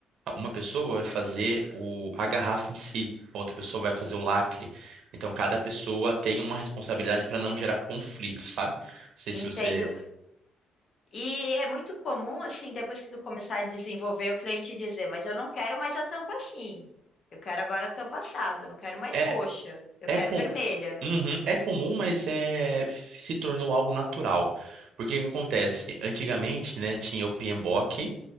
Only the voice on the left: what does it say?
Entendo.
E é muito comum, assim, depois que tu começar a desenvolver, o cliente dizer, mas eu não quero mais a tampa assim. Eu quero agora a tampa assada, eu não quero mais
roxa, eu
quero
vermelha.